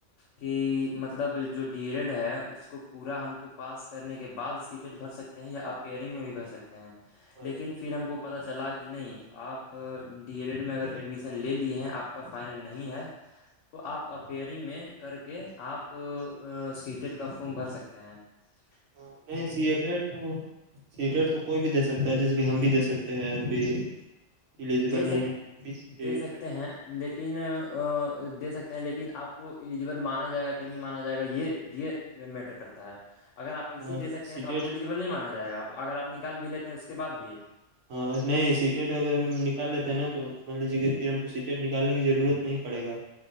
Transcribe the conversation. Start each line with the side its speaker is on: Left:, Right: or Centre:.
Left: کہ مطلب جو ڈی ایل ایڈ ہے اس کو پورا ہم کو پاس کرنے کے بعد سیٹٹ بھر سکتے ہیں یا آپ پیئرنگ میں بھی بھر سکتے ہیں
Right: اچھا
Left: لیکن
Right: اچھا
Left: پھر ہم کو پت چلا کہ نہیں آپ ڈی ایل ایڈ میں اگر ایڈمیشن لے لیے ہیں آپ کا فائنل نہیں ہے تو آپ اپیئرنگ میں کر کے آپ سیٹیڈ کا فم بھر سکتے ہیں ج <inaudible>
Right: ہاں نہیں سی ا ڈ تھا سیٹر تو کوئی بھی دے سکتا ہے جیسے کہ ہم بھی دے سکتے ہیں ہم بھی ایلیجبل
Left: دے سکتے
Right: نہیں ہے اسٹ
Left: دے سکتے ہیں لیکن دے سکتے ہیں لیکن آپ کو ایلیجبل مانا جائے گا کہ نہیں مانا جائے گا یہ یہ میٹر کرتا ہے اگر آپ اسی
Right: ہاں
Left: دے سکتے ہیں
Right: سیٹیٹ
Left: تو آپ وہلی ییل نہیں مانا جائے گا اگرپ نکال بھی لیتے ہیں اس کے بعد بھی
Right: ہاں نہیں سیٹیٹ اگر ہم نکال لیتے ہیں نا تو مان لیجیے کہ پھر ہم کو سیٹیٹ نکالنے کی ضرورت نہیں پڑے گا